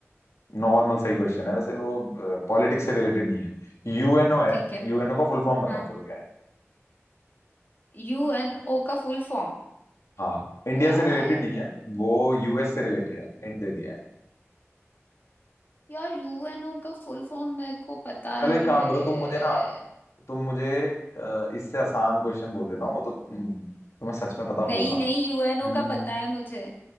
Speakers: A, on the left (about 80°); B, on the left (about 45°).
A: नॉर्मल सही क्वेश्चन है वैसे वो पॉलिटिक्स से रिलेटेड नहीं है यूएनओ है
B: ठीक है
A: यूएनओ का फुल फॉर्म बताओ
B: हाँ
A: चलो क्या है
B: यू एन ओ का फुल फॉर्म
A: हाँ इंडिया
B: यार
A: से रिलेटेड नहीं है वो यूएस से रिलेटेड है हिंट दे दिया है
B: यार यूएनओ का फुल फॉर्म मेरे को पता
A: चलो
B: है
A: एक काम करो तुम मुझे ना तुम मुझे अ, इससे आसान क्वेश्चन बोल देता हूँ वो तो तुम- तुम्हें सच में पता
B: नहीं
A: होगा
B: नहीं यूएनओ
A: हम्म,
B: का पता है मुझे